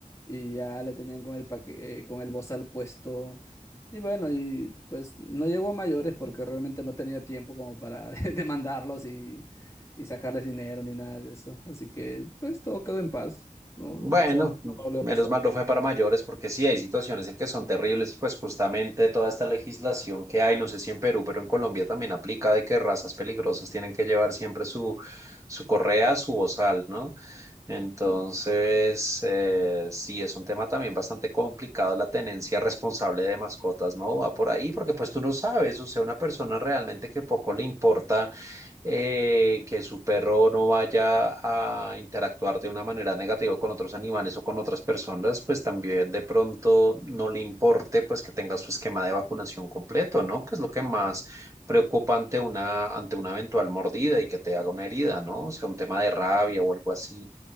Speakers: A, on the left; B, on the right.
A: Y ya le tenían con el paque- eh, con el bozal puesto. Y bueno, y pues no llegó a mayores porque realmente no tenía tiempo como para <laughs> de- demandarlos y, y sacarles dinero ni nada de eso. Así que pues todo quedó en paz. No,
B: Bueno,
A: o sea, no, no volvió
B: menos
A: a pasar.
B: mal no fue para mayores, porque sí hay situaciones en que son terribles y pues justamente toda esta legislación que hay, no sé si en Perú, pero en Colombia también aplica de que razas peligrosas tienen que llevar siempre su, su correa, su bozal, ¿no? Entonces, eh, sí, es un tema también bastante complicado la tenencia responsable de mascotas, ¿no? Va por ahí porque pues tú no sabes, o sea, una persona realmente que poco le importa eh, que su perro no vaya a interactuar de una manera negativa con otros animales o con otras personas, pues también de pronto no le importe pues que tenga su esquema de vacunación completo, ¿no? Que es lo que más preocupa ante una, ante una eventual mordida y que te haga una herida, ¿no? O sea, un tema de rabia o algo así,